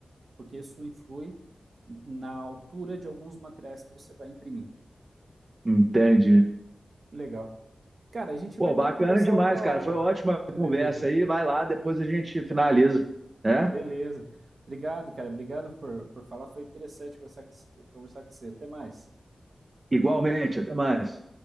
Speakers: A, on the right (about 65°); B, on the right (about 40°).
A: porque isso influi na altura de alguns materiais que você vai imprimir.
B: Entendi.
A: Legal. Cara, a gente
B: Pô,
A: vai
B: bacana
A: ter que conversar
B: demais,
A: outra
B: cara.
A: hora.
B: Foi ótima a conversa
A: <laughs>
B: aí. Vai lá, depois a gente finaliza, né?
A: Beleza. Obrigado, cara. Obrigado por, por falar. Foi interessante conversar com, você- conversar com você. Até mais.
B: Igualmente, até mais.